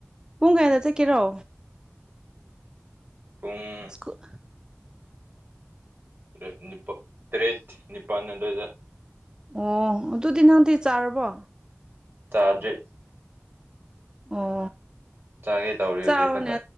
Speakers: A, on the right; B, on the right.
A: ꯄꯨꯡ ꯀꯌꯥꯗ ꯆꯠꯀꯦꯔꯣ
B: ꯄꯨꯡ
A: ꯁ꯭ꯀꯨꯠ
B: ꯇ꯭ꯔꯦꯠ ꯅꯤꯄꯥꯛ ꯇ꯭ꯔꯦꯠ ꯅꯤꯄꯥꯜ ꯑꯗꯥꯏꯗ
A: ꯑꯣ ꯑꯗꯨꯗꯤ ꯅꯪꯗꯤ ꯆꯥꯔꯕꯣ
B: ꯇꯥꯗ꯭ꯔꯤ
A: ꯑꯣ
B: ꯆꯥꯒꯦ ꯇꯧꯔꯤ
A: ꯆꯥꯔꯣꯅꯦ
B: ꯍꯧꯖꯤꯛ ꯈꯛꯇ